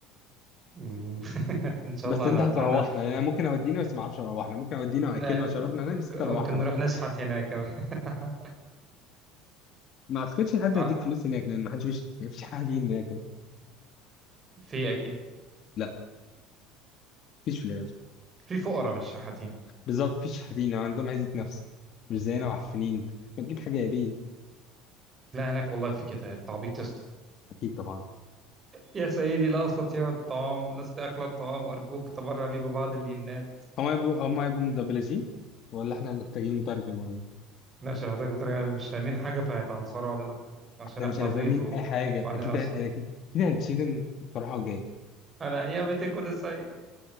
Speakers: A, on the right; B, on the left.
A: مم. <laughs> ان شاء
B: بس
A: الله
B: انت
A: انا
B: هتروحنا
A: اتمنى
B: يعني انا ممكن اودينا بس ما اعرفش اروحنا ممكن اودينا
A: ن-
B: واكلنا وشربنا هناك
A: ممكن
B: بس تروحنا
A: ممكن
B: بقى
A: نروح نشحت هناك <laughs>
B: ما اعتقدش حد
A: آه،
B: هيديك فلوس هناك لان ما حدش فيش ما فيش حد هناك
A: في اكيد
B: لا فيش في اليابان
A: في فقراء مش شحاتين
B: بالظبط فيش حد هنا عندهم عزة نفس مش زينا وعفنين ما تجيب حاجه يا بيه
A: لا هناك والله في كده التعبيط يا اسطى.
B: اكيد طبعا
A: يا سيدي لا أستطيع الطعام لست أكل الطعام أرجوك تبرع لي ببعض اللينات
B: هم هيبقوا هم هيبقوا مدبلجين ولا احنا محتاجين مترجم ولا إيه؟
A: لا شرحتك بطريقة علينا مش فاهمين حاجة فهيتعنصروا علينا أكتر عشان
B: احنا
A: إحنا
B: مش هنبقى
A: بيض
B: فاهمين
A: و...
B: اي حاجه
A: وعنينا
B: اكيد
A: أصلا
B: انا اكيد اكيد هنتشتم في الفرحه الجايه
A: أنا يا متى كده ساي